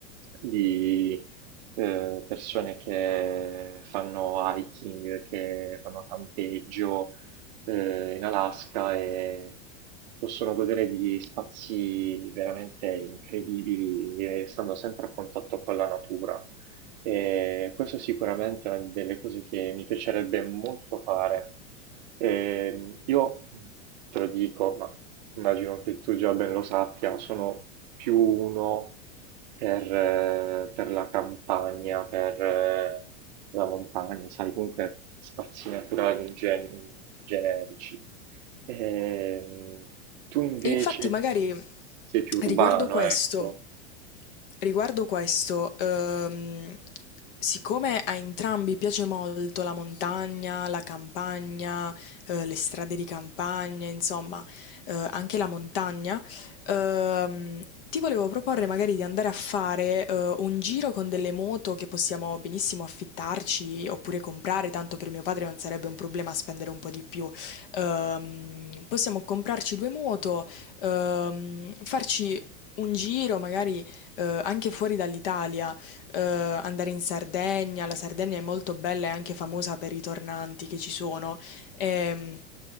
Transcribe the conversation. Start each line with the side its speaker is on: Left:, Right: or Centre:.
Right: di eh, persone che fanno hiking, che fanno campeggio eh, in Alaska e possono godere di spazi veramente incredibili, eh, stando sempre a contatto con la natura. E questo sicuramente è una delle cose che mi piacerebbe molto fare. Ehm, io te lo dico, ma immagino che tu già ben lo sappia, sono più uno per, eh, per la campagna, per eh, la montagna, sai, comunque spazi naturali in gen- generici. Ehm, tu invece
Left: E infatti magari
Right: sei più urbano,
Left: riguardo questo...
Right: ecco.
Left: Riguardo questo, ehm, siccome a entrambi piace molto la montagna, la campagna, eh, le strade di campagna, insomma, eh, anche la montagna, ehm, ti volevo proporre magari di andare a fare, eh, un giro con delle moto che possiamo benissimo affittarci oppure comprare, tanto per mio padre non sarebbe un problema spendere un po' di più. Ehm, possiamo comprarci due moto, ehm, farci un giro magari eh, anche fuori dall'Italia, eh, andare in Sardegna, la Sardegna è molto bella e anche famosa per i tornanti che ci sono. Ehm,